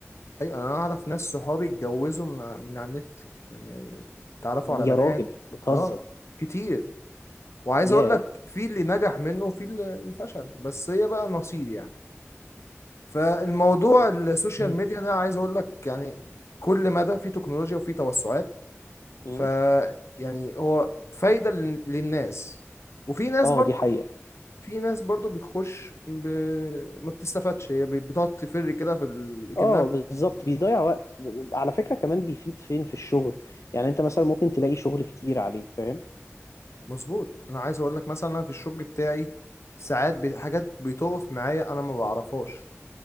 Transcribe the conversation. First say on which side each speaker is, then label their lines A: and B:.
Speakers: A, on the left; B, on the left.
A: ايوه انا اعرف ناس صحابي اتجوزوا من من على النت يعني اتعرفوا
B: يا
A: على بنات
B: راجل بتهزر
A: اه كتير وعايز
B: ياه
A: اقول لك في اللي نجح منه وفي اللي فشل بس هي بقى نصيب يعني فالموضوع السوشيال
B: مم.
A: ميديا ده عايز اقول لك يعني كل مدى في تكنولوجيا وفي توسعات
B: مم.
A: ف يعني هو فايدة لل- للناس وفي ناس
B: اه
A: برضو
B: دي حقيقة
A: في ناس برضو بتخش ب... ما بتستفادش هي بتقعد تفر كده في ال...
B: اه
A: كأنها
B: بالظبط بيضيع وقت على فكرة كمان بيفيد فين في الشغل يعني انت مثلا ممكن تلاقي شغل كتير عليه فاهم
A: مظبوط انا عايز اقول لك مثلا انا في الشغل بتاعي ساعات بي... حاجات بتقف معايا انا ما بعرفهاش